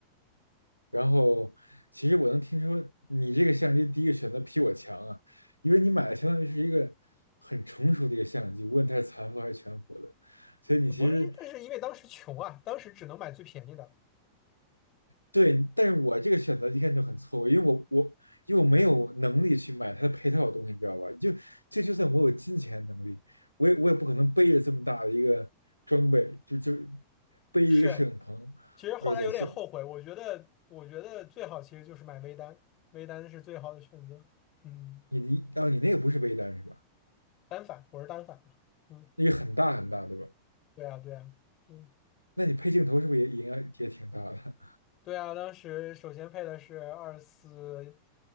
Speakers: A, on the left; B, on the left.
A: 然后其实我能听说你这个相机第一个选择比我强啊，因为你买的相当于是一个很成熟的一个相机，无论它是残幅还是全幅的，所以你其实
B: 不是因，但是因为当时穷啊，当时只能买最便宜的。
A: 对，但是我这个选择一看就很错误，因为我我因为我没有能力去买它的配套的东西，你知道吧？就就就算我有金钱能力，我也我也不可能背着这么大的一个装备，就就背一个摄影棚二十多岁，
B: 是，其实后来有点后悔，我觉得我觉得最好其实就是买微单，微单是最好的选择。嗯，
A: 你你啊你那个不是背单是吧？
B: 单反，我是单反嘛。嗯。
A: 那个很大很大，对吧？
B: 对啊，对啊，嗯，
A: 那你配镜头是不是也应该也挺大的？
B: 对啊，当时首先配的是二四